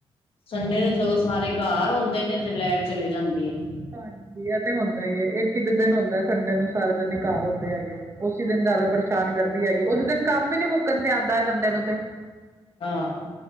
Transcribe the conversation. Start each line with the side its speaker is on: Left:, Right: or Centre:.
Left: ਸੰਡੇ
Right: ਹਾਂ
Left: ਨੂੰ ਸਗੋਂ ਸਾਰੇ ਘਰ ਹੁੰਦੇ ਨੇ, ਤੇ ਲੈਟ ਚਲੀ ਜਾਂਦੀ ਐ।
Right: ਹਾਂਜੀ, ਇਹ ਤੇ ਹੁੰਦਾ ਈ ਐ, ਇਕ ਈ ਤਾਂ ਦਿਨ ਹੁੰਦਾ ਸੰਡੇ ਨੂੰ, ਸਾਰੇ ਜਣੇ ਘਰ ਹੁੰਦੇ ਹੈਗੇ ਆ! ਓਸੀ ਦਿਨ ਜ਼ਿਆਦਾ ਪਰੇਸ਼ਾਨ ਕਰਦੀ ਹੈਗੀ, ਉਸ ਦਿਨ ਕੰਮ ਵੀ ਨੀ ਮੁੱਕਣ 'ਤੇ ਆਂਦਾ ਏ ਸੰਡੇ ਨੂੰ ਤੇ!
Left: ਹਾਂ।